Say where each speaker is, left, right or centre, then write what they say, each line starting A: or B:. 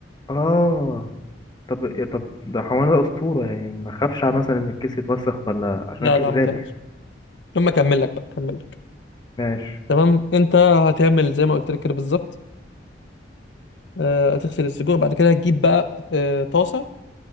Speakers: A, on the left (about 25°); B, on the left (about 75°).
A: اه طب يا- طب ده حمار ده اسطوره يعني ما اخافش مثلا ان الكيس يتوسخ ولا عشان
B: لا
A: الكيس
B: لا
A: غالي
B: ما تقلقش
A: يعني.
B: لما اكمل لك بقى اكمل لك
A: ماشي
B: تمام انت هتعمل زي ما قلت لك كده بالظبط آه، هتغسل السجق بعد كده هتجيب بقى آه، طاسه